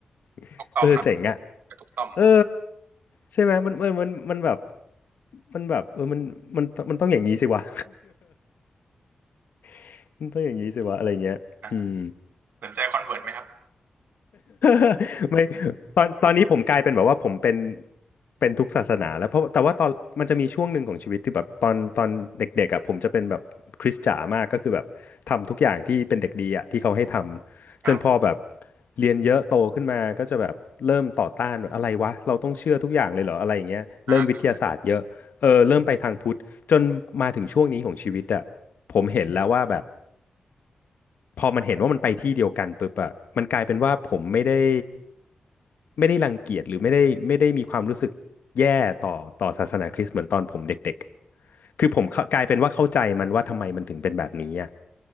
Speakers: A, on the left (about 70°); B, on the right (about 85°).
A: <laughs>
B: ทุกต่อมเนอะ
A: เออเจ๋งอะ
B: กระทุกต่อม
A: เออใช่ไหมมันเออมันมันแบบมันแบบเออมันมันมันต้องอย่างนี้สิวะ <laughs> มันต้องอย่างนี้สิวะอะไรเงี้ยอืม
B: อ่าสนใจคอนเวิร์ตไหมครับ
A: <laughs> ไม่ตอนตอนนี้ผมกลายเป็นแบบว่าผมเป็นเป็นทุกศาสนาแล้วเพราะแต่ว่าตอนมันจะมีช่วงหนึ่งของชีวิตที่แบบตอนตอนเด็กๆอ่ะผมจะเป็นแบบคริสจ๋ามากก็คือแบบทำทุกอย่างที่เป็นเด็กดีอ่ะที่เขาให้ทำจนพอแบบ
B: <laughs> ครับ
A: เรียนเยอะโตขึ้นมาก็จะแบบเริ่มต่อต้านแบบอะไรวะเราต้องเชื่อทุกอย่างเลยเหรออะไรอย่างเงี้ยเริ่มวิทยาศาสตร์เยอะเออเริ่มไปทางพุทธจนมาถึงช่วงนี้ของชีวิตอ่ะ
B: อ่า
A: ผมเห็นแล้วว่าแบบ พอมันเห็นว่ามันไปที่เดียวกันปุ๊บอะมันกลายเป็นว่าผมไม่ได้ไม่ได้รังเกียจหรือไม่ได้ไม่ได้มีความรู้สึกแย่ต่อต่อศาสนาคริสต์เหมือนตอนผมเด็กๆ คือผมเข้ากลายเป็นว่าเข้าใจมันว่าทำไมมันถึงเป็นแบบนี้อะ